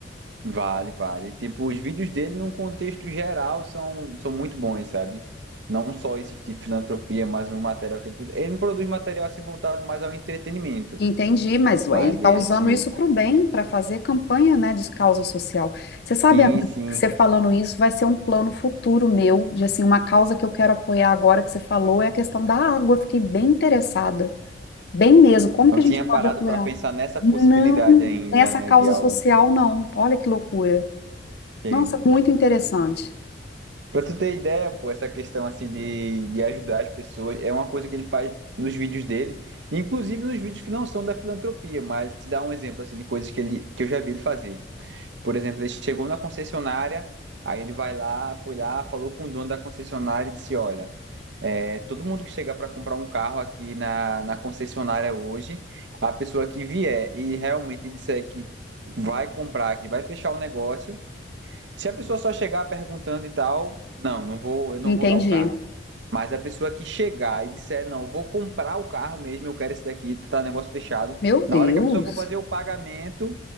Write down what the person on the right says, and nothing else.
Vale, vale. Tipo, os vídeos dele, num contexto geral, são, são muito bons, sabe? Não só esse de filantropia, mas o material que ele produz. Ele não produz material assim voltado mais ao entretenimento.
Mas
esse.
Sim,
sim.
Não
tinha
parado
para pensar nessa possibilidade
ainda,
né?
De algo.
Sim.
Pra tu ter ideia, pô, essa questão assim de, de ajudar as pessoas é uma coisa que ele faz nos vídeos dele, inclusive nos vídeos que não são da filantropia, mas te dá um exemplo assim de coisas que ele que eu já vi ele fazer. Por exemplo, ele chegou na concessionária, aí ele vai lá, foi lá, falou com o dono da concessionária e disse: "Olha, é, todo mundo que chegar para comprar um carro aqui na, na concessionária hoje, a pessoa que vier e realmente disser que vai comprar, que vai fechar o negócio, se a pessoa só chegar perguntando e tal, não, não vou, eu não
vou dar o carro. Mas a pessoa que chegar e disser, não, eu vou comprar o carro mesmo, eu quero esse daqui, tá tá, negócio fechado.
Na
hora que a pessoa for fazer o pagamento,